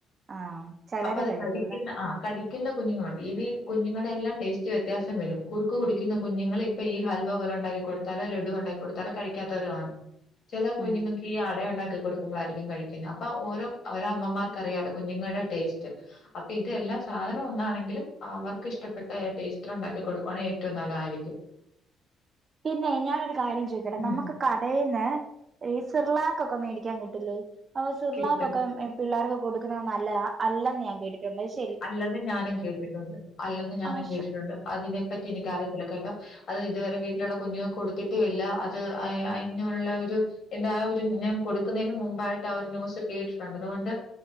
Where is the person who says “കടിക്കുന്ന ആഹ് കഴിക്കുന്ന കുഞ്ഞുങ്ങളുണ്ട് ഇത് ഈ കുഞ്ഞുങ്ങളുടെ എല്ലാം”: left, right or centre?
Left